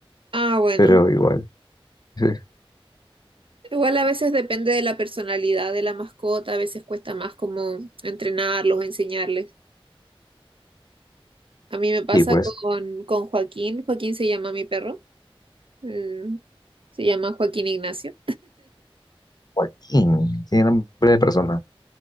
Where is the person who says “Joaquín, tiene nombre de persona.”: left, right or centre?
Left